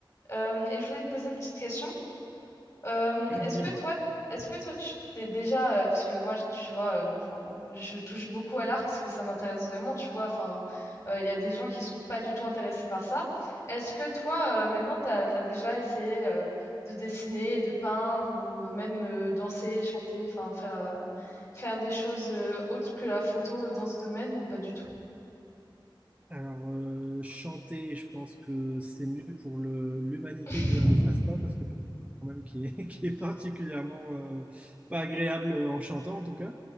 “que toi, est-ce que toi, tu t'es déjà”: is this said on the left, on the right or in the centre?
Left